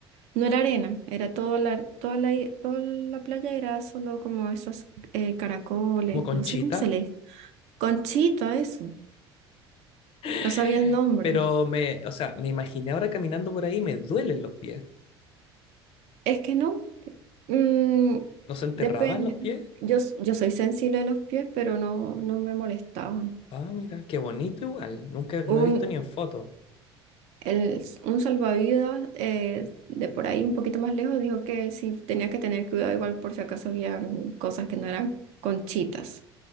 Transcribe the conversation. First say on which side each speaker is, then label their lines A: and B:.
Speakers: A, on the right; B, on the left.
A: No era arena, era toda la, toda la, toda la playa era solo como esos eh, caracoles,
B: Como Conchita.
A: no sé cómo se le dice. Conchita, eso,
B: <gasps>
A: no sabía el nombre.
B: Pero me, o sea, me imaginé ahora caminando por ahí, me duelen los pies.
A: Es que no, mm,
B: ¿No se enterraban
A: depende.
B: los pies?
A: Yo, s- yo soy sensible de los pies, pero no, no me molestaban.
B: Ah, mira, qué bonito igual. Nunca, no
A: Un
B: he visto ni en fotos.
A: el- un salvavidas eh, de por ahí un poquito más lejos dijo que sí tenía que tener cuidado igual por si acaso habían cosas que no eran conchitas.